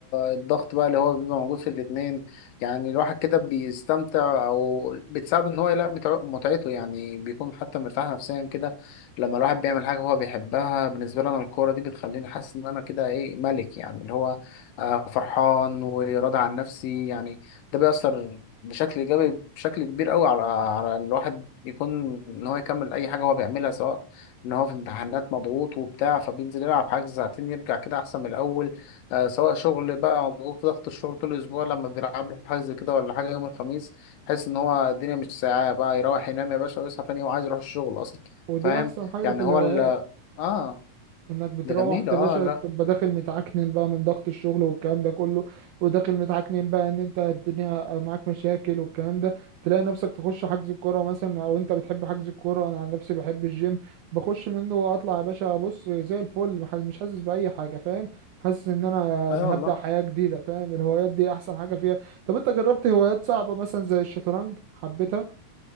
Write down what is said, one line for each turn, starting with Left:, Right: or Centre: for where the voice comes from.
Left: الضغط بقى اللي هو بيبقى موجود في الاتنين يعني الواحد كده بيستمتع أو بتساعده إن هو يلاقي متع- متعته يعني بيكون حتى مرتاح نفسيا كده لما الواحد بيعمل حاجة هو بيحبها بالنسبة لي أنا الكورة دي بتخليني حاسس إن أنا كده إيه ملك يعني اللي هو آه، فرحان وراضي عن نفسي يعني ده بيأثر بشكل ايجابي بشكل كبير قوي على على الواحد يكون ان هو يكمل اي حاجه هو بيعملها سواء ان هو في امتحانات مضغوط وبتاع فبينزل يلعب حاجه ساعتين يرجع كده احسن من الاول آه سواء شغل بقى مضغوط ضغط الشغل طول الاسبوع لما بيلعب له حاجه زي كده ولا حاجه يوم الخميس حس ان هو الدنيا مش ساعه بقى يروح ينام يا باشا ويصحى تاني يوم عايز يروح الشغل اصلا
Right: ودي
Left: فاهم
Right: احسن حاجه
Left: يعني
Right: في الهوايات
Left: هو ال اه
Right: انك بتروح
Left: ده جميل اه
Right: يا باشا
Left: لا
Right: تبقى داخل متعكنن بقى من ضغط الشغل والكلام ده كله وداخل متعكنن بقى ان انت الدنيا معاك مشاكل والكلام ده تلاقي نفسك تخش حجز الكوره مثلا او انت بتحب حجز الكوره انا عن نفسي بحب الجيم بخش منه واطلع يا باشا بص زي الفل مح- مش حاسس باي حاجه فاهم حاسس ان انا
Left: اي أيوة
Right: هبدأ
Left: والله
Right: حياه جديده فاهم الهوايات دي احسن حاجه فيها طب انت جربت هوايات صعبه مثلا زي الشطرنج حبيتها